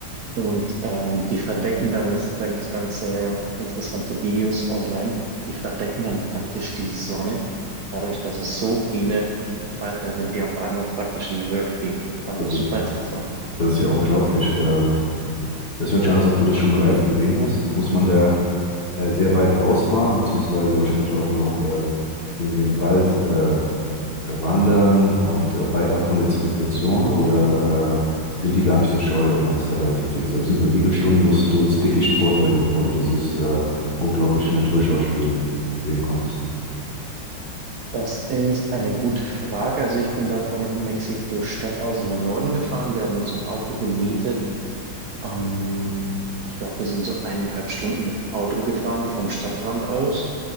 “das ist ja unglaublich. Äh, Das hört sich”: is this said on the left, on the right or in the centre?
Left